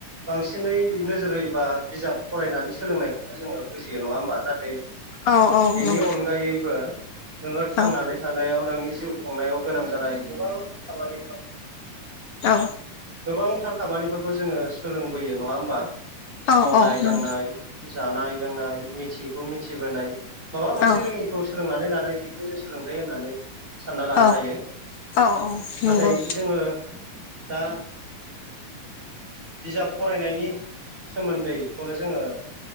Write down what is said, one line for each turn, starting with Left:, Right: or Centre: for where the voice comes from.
Right: बांसिनै नोजोर होयोबा बिजाब फरायनानै सोलोंनायखौ जोङो बुजियो नङा होमबा नाथाय
Left: औ औ
Right: बेनि
Left: नंगौ
Right: अनगायैबो नोङो थांनानै
Left: औ
Right: थानायाव नोंनि जिउ खुंनायाव गोनां जानाय गोबां खामानिफोर
Left: औ
Right: गोबांथार खामानिफोरखौ जोङो सोलोंबोयो नङा होमबा
Left: औ
Right: मावनाय
Left: औ
Right: दांनाय
Left: नंगौ
Right: जानाय लोंनाय मिथियैखौ मिथिबोनाय माबा मोनसे
Left: औ
Right: रोङि खौ सोलोंनानै लानाय बेखौनो जों सोलोंथाइ होननानै सानना लानो
Left: औ
Right: हायो
Left: औ औ नंगौ
Right: नाथाय जोङो दा बिजाब फरायनायनि सोमोन्दैखौनो जोङो